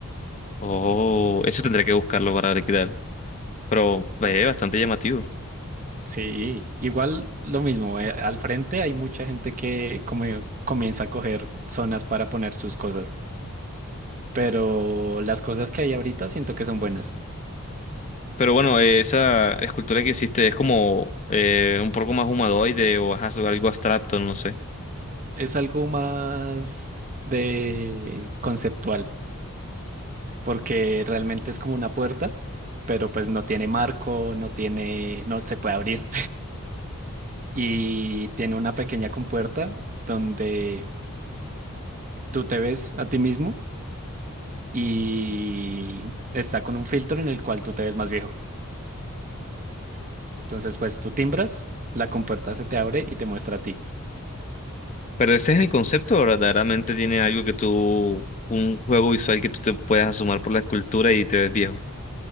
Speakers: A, on the left (about 30°); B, on the right (about 35°).
A: Oh, eso tendré que buscarlo para ver qué tal. Pero es bastante llamativo.
B: Sí, igual lo mismo. eh, al frente hay mucha gente que como comienza a coger zonas para poner sus cosas, pero las cosas que hay ahorita siento que son buenas.
A: Pero bueno, eh, esa escultura que hiciste es como eh, un poco más humanoide o ajá, sobre algo abstracto, no sé.
B: Es algo más de conceptual, porque realmente es como una puerta, pero pues no tiene marco, no tiene, no se puede abrir <laughs> y tiene una pequeña compuerta donde tú te ves a ti mismo y está con un filtro en el cual tú te ves más viejo. Entonces, pues tú timbras, la compuerta se te abre y te muestra a ti.
A: Pero ese es el concepto, ¿o verdaderamente tiene algo que tú, un juego visual que tú te puedas asomar por la escultura y te ves viejo.